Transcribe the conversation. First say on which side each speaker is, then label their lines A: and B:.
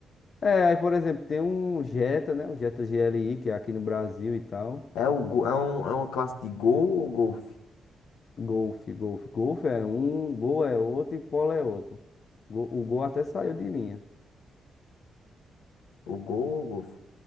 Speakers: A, on the left; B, on the left.
A: É, aí por exemplo, tem um Jetta, né? O Jetta GLI, que é aqui no Brasil e tal.
B: É, o, Go- é, um, é uma classe de Gol ou Golf?
A: Golf, Golf. Golf é um, Gol é outro e Polo é outro. Go- O Gol até saiu de linha,
B: O Gol ou Golf?